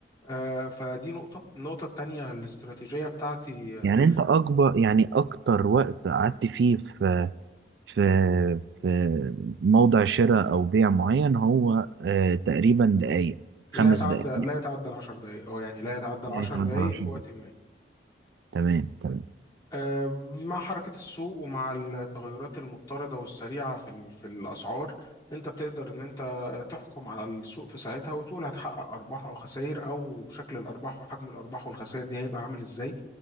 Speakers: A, on the left (about 25°); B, on the right (about 70°).
A: آه، فدي نقطه النقطه الثانيه الاستراتيجيه بتاعتي آه،
B: يعني انت اكبر يعني اكتر وقت قعدت فيه في في في موضع شراء او بيع معين هو آه تقريبا دقايق خمس
A: لا يتعدى
B: دقايق
A: لا يتعدى ال 10 دقائق او يعني لا يتعدى ال
B: يعني
A: 10
B: تقدر
A: دقائق
B: على حاجة.
A: في وقت ما
B: تمام تمام
A: آه، مع حركه السوق ومع التغيرات المضطرده والسريعه في ال- في الاسعار انت بتقدر ان انت تحكم على السوق في ساعتها وتقول هتحقق ارباح او خسائر او شكل الارباح وحجم الارباح والخسائر دي هيبقى عامل ازاي